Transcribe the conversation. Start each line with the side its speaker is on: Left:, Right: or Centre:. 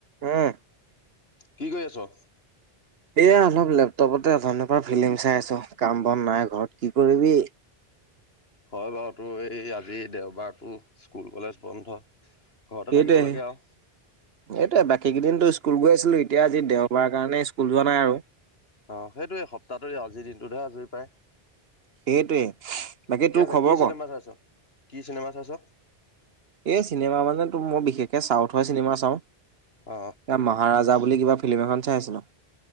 Right: উম।
Left: কি কৰি আছ?
Right: এইয়া অলপ লেপটপতে। ওথোনিৰ পা ফিল্ম চাই আছো কাম- বন নাই ঘৰত। কি কৰিবি।
Left: হয় বাৰু। তোৰ এই আজি দেওঁবাৰতো স্কুল কলেজ বন্ধ। ঘৰতে
Right: সেইটোয়ে।
Left: থাকিব লাগে আৰু
Right: এইটোৱেই বাকী কেইদিনতো স্কুল গৈ আছিলী। এতিয়া আজি দেওঁবাৰ কাৰণে স্কুল যোৱা নাই আৰু।
Left: অ', সেইটোয়ে সপ্তাহটো আজিৰ দিনটোত হে আজৰি পায়।
Right: সেইটোৱে বাকী
Left: ঠিকে
Right: তোৰ
Left: আছে
Right: খবৰ
Left: কি চিনেমা
Right: ক?
Left: চাইছ? কি চিনেমা চাইছ?
Right: এই চিনেমা মানে- মই বিশষকে চাউথৰ চিনেমা চাওঁ।
Left: অ
Right: মহাৰাজা বুলি কিবা ফিল্ম এখন চাই আছিলোঁ।